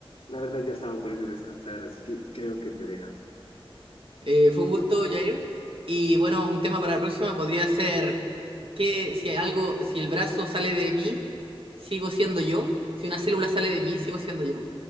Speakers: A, on the left (about 80°); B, on the right (about 65°).
A: la verdad ya estaba por irme a descansar, así que creo que te dejo.
B: Eh, fue un gusto, Jair. Y bueno, un tema para la próxima podría ser que si algo, si el brazo sale de mí, sigo siendo yo. Si una célula sale de mí, sigo siendo yo.